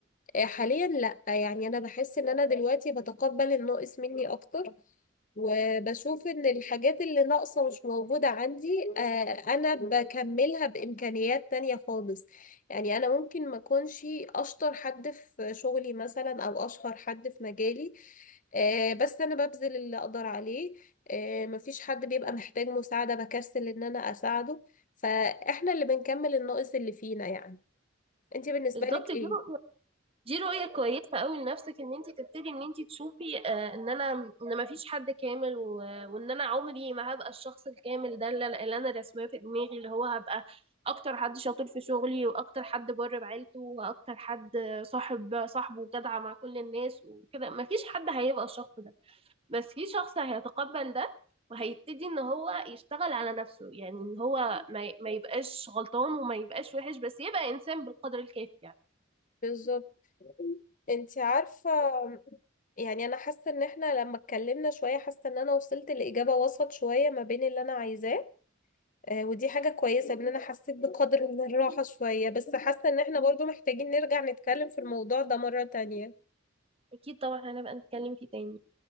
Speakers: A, on the left; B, on the right.
A: آه، حاليا لأ يعني أنا بحس إن أنا دلوقتي بتقبل الناقص مني أكتر وبشوف ان الحاجات اللي ناقصة مش موجودة عندي آه، انا بكملها بامكانيات تانية خالص يعني انا ممكن ما اكونش اشطر حد في شغلي مثلا او اشهر حد في مجالي آه، بس انا ببذل اللي اقدر عليه آه، مفيش حد بيبقى محتاج مساعدة بكسل ان انا اساعده فاحنا اللي بنكمل الناقص اللي فينا يعني انت بالنسبة
B: بالظبط
A: لك ايه؟
B: دي رؤية دي رؤية كويسة قوي لنفسك ان انتي تبتدي ان انتي تشوفي آه ان انا ان ما فيش حد كامل و... وان انا عمري ما هبقى الشخص الكامل ده اللي, اللي انا رسماه في دماغي اللي هو هبقى اكتر حد شاطر في شغلي واكتر حد بر بعيلته واكتر حد صاحب صاحبه جدع مع كل الناس وكده ما فيش حد هيبقى الشخص ده بس في شخص هيتقبل ده وهيبتدي ان هو يشتغل على نفسه يعني ان هو ما ما يبقاش غلطان وما يبقاش وحش بس يبقى انسان بالقدر الكافي يعني
A: بالظبط انت عارفة يعني انا حاسة ان احنا لما اتكلمنا شوية حاسة ان انا وصلت لإجابة وسط شوية ما بين اللي انا عايزاه آه، ودي حاجة كويسة ان انا حسيت بقدر من الراحة شوية بس حاسة ان احنا برضو محتاجين نرجع نتكلم في الموضوع ده مرة تانية
B: اكيد طبعا هنبقى نتكلم فيه تاني